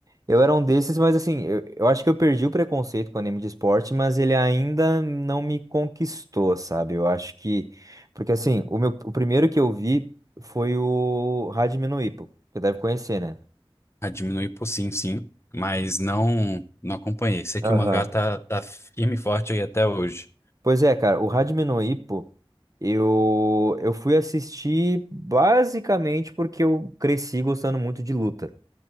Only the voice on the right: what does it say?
Eu era um desses, mas assim, eu, eu acho que eu perdi o preconceito com anime de esporte, mas ele ainda não me conquistou, sabe? Eu acho que. Porque assim, o meu, o primeiro que eu vi foi o Hajime no Ippo. Você deve conhecer, né?
Aham.
Pois é, cara, o Hajime no Ippo, eu, eu fui assistir basicamente porque eu cresci gostando muito de luta.